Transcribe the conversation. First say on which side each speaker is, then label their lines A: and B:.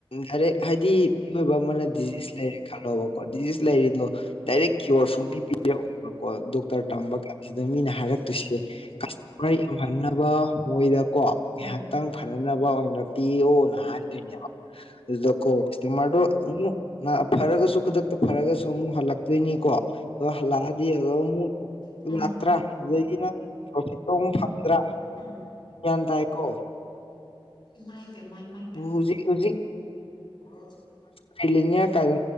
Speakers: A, on the left (about 80°); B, on the left (about 45°).
A: ꯗꯥꯏꯔꯦꯛ ꯍꯥꯏꯗꯤ ꯃꯤꯑꯣꯏꯕ ꯑꯃꯅ ꯗꯤꯖꯤꯁ ꯂꯩꯔꯦ ꯈꯜꯂꯣꯕꯀꯣ ꯗꯤꯖꯤꯁ ꯂꯩꯔꯤꯗꯣ ꯗꯥꯏꯔꯦꯛ ꯀꯤꯌꯣꯔ ꯁꯨꯡ ꯄꯤ ꯄꯔꯛꯑꯣꯏꯕꯀꯣ ꯗꯣꯛꯇꯔ ꯇꯝꯕ ꯀꯥꯟꯁꯤꯗ ꯃꯤꯅ ꯍꯥꯏꯔꯛꯇꯣꯏꯁꯦ ꯍꯩ ꯌꯥꯝꯍꯟꯅꯕ ꯃꯣꯏꯗꯀꯣ ꯉꯥꯏꯍꯥꯛꯇꯪ
B: ꯎꯝ ꯎꯝ
A: ꯐꯅꯅꯕ ꯑꯣꯏꯅ ꯄꯤꯌꯣꯅ ꯍꯥꯏ ꯑꯗꯨꯗ ꯀꯣ ꯃꯗꯣ ꯑꯃꯨꯛ ꯐꯔꯒꯁꯨ ꯈꯨꯗꯛꯇ ꯐꯔꯒꯁꯨ ꯑꯃꯨꯛ ꯍꯜꯂꯛꯄ ꯇꯣꯏꯅꯤꯀꯣ ꯑꯗꯣ ꯍꯂꯛꯑꯗꯤ ꯑꯗꯨꯃꯨꯛ
B: ꯎꯝ
A: ꯑꯃꯨꯛ ꯂꯥꯛꯇ꯭ꯔꯥ ꯑꯗꯨ ꯁꯤ ꯅꯪ ꯄ꯭ꯔꯣꯐꯤꯠꯇ ꯐꯪꯗ꯭ꯔꯥ
B: ꯎꯝ
A: ꯒ꯭ꯌꯥꯟ ꯇꯥꯏꯀꯣ
B: ꯃꯥꯏꯄꯦꯝꯃ ꯇꯦ
A: ꯍꯧꯖꯤꯛ
B: ꯏꯃꯥꯏꯇꯦ
A: ꯍꯧꯖꯤꯛ
B: ꯐ
A: ꯇ꯭ꯔꯤꯂꯤꯅꯤꯌꯔ ꯀꯥꯏꯗꯣ